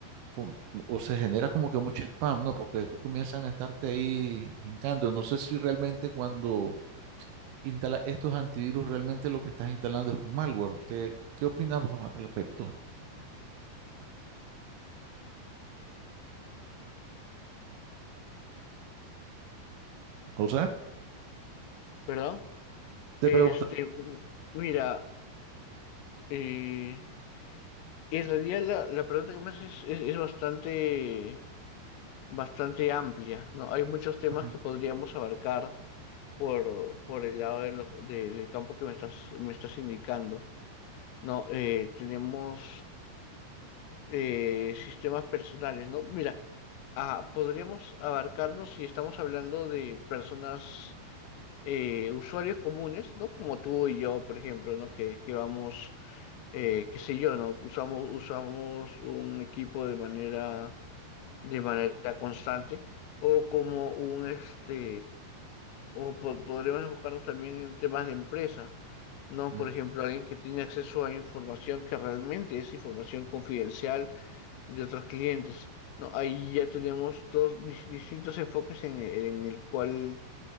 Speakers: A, on the right; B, on the left.
A: com- o se genera como que mucho spam, ¿no? Porque después comienzan a estarte ahí hincando. No sé si realmente cuando instalas estos antivirus, realmente lo que estás instalando es un malware. ¿Qué, qué opinas vos al respecto? O o sea,
B: ¿verdad?
A: te
B: Este,
A: pregunto.
B: mira, eh, en realidad la, la pregunta que me haces es, es- es bastante, bastante amplia, ¿no? Hay muchos temas
A: Ujú,
B: que podríamos abarcar por, por el lado de lo- de- del campo que me estás, me estás indicando, ¿no? Eh, tenemos eh, sistemas personales, ¿no? Mira, ah, podríamos abarcarnos si estamos hablando de personas, eh, usuarios comunes, ¿no? Como tú y yo, por ejemplo, ¿no? Que, que vamos eh, qué sé yo, ¿no? Usamos, usamos un equipo de manera, de manera constante o como un, este, o po- podríamos enfocarnos también en temas de empresa, ¿no?
A: ujú,
B: Por ejemplo, alguien que tiene acceso a información que realmente es información confidencial de otros clientes, ¿no? Ahí ya tenemos dos dis- distintos enfoques en, en el cual,